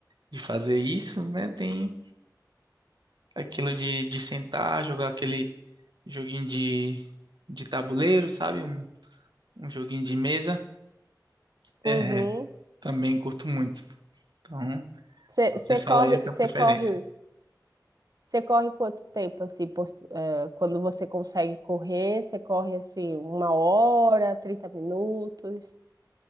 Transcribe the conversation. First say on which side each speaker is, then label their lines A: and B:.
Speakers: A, on the right; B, on the right.
A: de fazer isso, né? Tem aquilo de, de sentar, jogar aquele joguinho de, de tabuleiro, sabe? Um, um joguinho de mesa.
B: Uhum.
A: É, também curto muito. Então,
B: Você
A: só você
B: você
A: falar
B: corre,
A: aí a sua
B: você
A: preferência.
B: corre Você corre quanto tempo, assim, por eh, quando você consegue correr, você corre, assim, uma hora, 30 minutos?